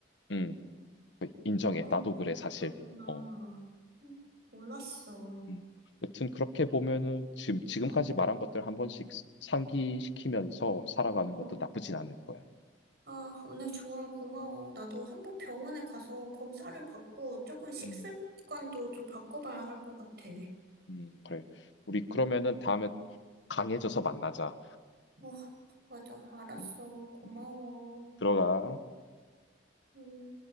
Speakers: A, on the left; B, on the right.
A: 음, 인정해.
B: 아,
A: 나도 그래,
B: 그,
A: 사실.
B: 그렇구나.
A: 어.
B: 응. 몰랐어.
A: 음, 여튼 그렇게 보면은 지금 지금까지
B: 어,
A: 말한 것들 한 번씩 상기시키면서 살아가는
B: 어.
A: 것도 나쁘진 않을 거야.
B: 아, 오늘 조언 고마워. 나도 한번 병원에 가서 검사를 받고 조금 식습관도
A: 음.
B: 좀 바꿔봐야 할 것 같아.
A: 음, 그래. 우리 그러면은 다음에 강해져서 만나자.
B: 어, 맞아. 알았어.
A: 음,
B: 고마워.
A: 음. 들어가.
B: 음.